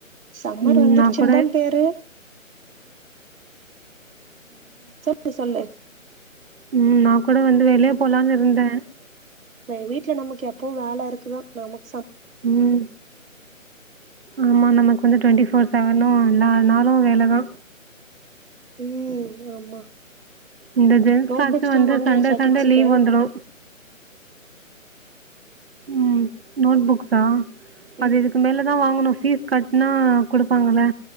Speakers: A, on the right; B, on the right.
A: சம்மர்
B: உம்
A: வந்துருச்சுன்னு
B: நான் கூட
A: தா பேரு சொல்லு சொல்லு
B: உம் நான் கூட கூட வந்து வெளியே போலான்னு இருந்தேன்
A: மை வீட்டுல நமக்கு எப்பவு வேல இருக்குதா நமக்
B: ம் ஆமா நமக்கு வந்து டுவென்டிஃபோர் செவனு எல்லானாளு வேலதா
A: ம் ஆமா
B: இந்த ஜென்ஸ்சாச்சும்
A: நோட் புக்ஸ்லா
B: வந்து
A: வாங்கியாச்சா
B: சண்டே சண்டே
A: கிட்ஸுக்கு
B: லீவ் வந்துடு ம் நோட் புக்ஸா அது
A: ம்
B: இதுக்கு மேலதா வாங்கணு பீஸ் கட்னா குடுப்பாங்கள